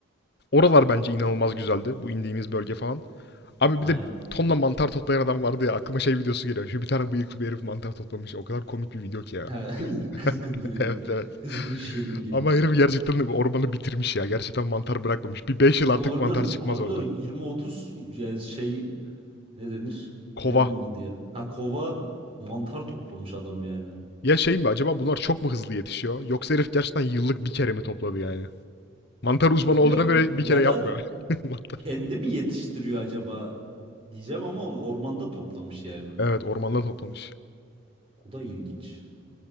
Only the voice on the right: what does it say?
Aynen.
Ha, <laughs> kızgın
duruyor.
Kızgın şirin gibi.
Oğlum
harbiden,
harbiden
20-30 yani şey ne denir?
Ne onun adı ya? Ha kova mantar toplamış adam yani. <laughs>
Bilmiyorum
ya
da
Kendi mi yetiştiriyor acaba diyeceğim ama o ormanda toplamış yani.
O da ilginç.